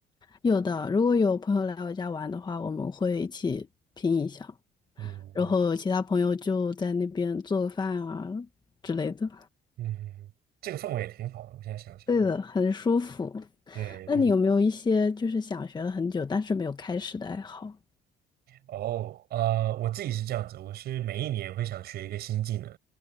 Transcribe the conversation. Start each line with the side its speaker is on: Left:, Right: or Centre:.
Left: 有的，如果有朋友来我家玩的话，我们会一起拼一下，
Right: 嗯嗯，
Left: 然后其他朋友就在那边做个饭啊之类的。
Right: 嗯嗯嗯这个氛围也挺好的，我现在想想，
Left: 对的，很舒服。
Right: 对，
Left: 那你有没有一些就是想学了很久但是没有开始的爱好？
Right: 就很哦，呃，我自己是这样子，我是每一年会想学一个新技能，